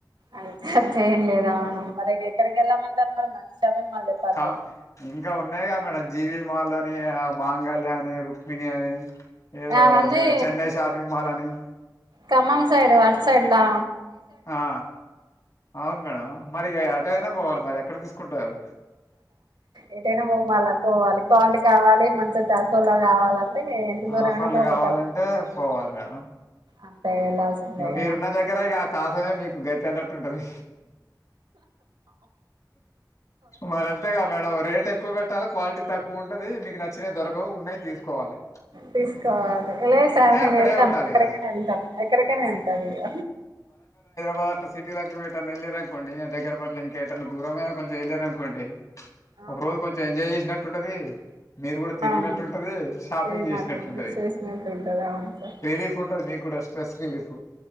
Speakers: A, on the right (about 85°); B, on the left (about 50°).
A: అంత అంతేం లేదా మరి ఎక్కడికి ఎళ్ళామంటారు మరి మంచి షాపింగ్ మాల్ చెప్పాలి
B: క
A: మీరు
B: ఇంకా ఉన్నాయి గా మేడం జీవి ఇ మాలని మాంగళ్య అని రుక్మిణి అని ఏదో
A: ఆ వన్నీ
B: జ చెన్నై షాపింగ్ మాల్ అని
A: ఖమ్మం సైడ్ అటు సైడ్ ల్లా
B: ఆ అవును మేడం మరి ఇగ అటు అయినా పోవాలి మరి ఎక్కడ తీసుకుంటారు
A: ఏటైనా పోమల్ల పోవాలి క్వాలిటీ కావాలి మంచి తక్కులా గావాల ఎందుకు
B: ఆఫర్లు
A: రాన పోక
B: కావాలంటే
A: తప్పదు
B: పోవాలి మేడం
A: అంటే వెళ్ళాల్సిందే
B: ఇక మీరున్న
A: కదా
B: దగ్గర ఇక కాసమే మీకు గతి అన్నట్టు ఉంటది మరి అంతే గా మేడం రేట్ ఎక్కువ పెట్టాలి క్వాలిటీ తక్కువ ఉ ఉంటది మీకు నచ్చినీ దొరకవ్ ఉన్నయ్ తీసుకోవాలె
A: తీసుకోవాలి లేదు సార్ మేము
B: అక్కడే
A: ఎళ్తాం
B: ఉండాలి
A: ఎక్కడికైనా
B: ఇక
A: ఎళ్తాం ఎక్కడకి ఇక్కడే ఉంటాది ఇగ
B: పాత సిటీలకు ఎటైనా ఎళ్ళిరనుకోండి దగ్గర పని ఇంకేటైనా దూరమైనా పని చేయలేరనుకోండి
A: అవును
B: ఒక రోజు కొంచెం ఎంజాయ్ చేసినట్టు ఉంటది మీరు కూడా తిరిగినట్టు
A: అవును
B: ఉంటది షాపింగ్
A: తిరిగినట్టు
B: చేసినట్టు ఉంటది
A: చూసినట్టు ఉంటది అవును సార్
B: రిలీఫ్ ఉంటది మీకు కూడా స్ట్రెస్ రిలీఫు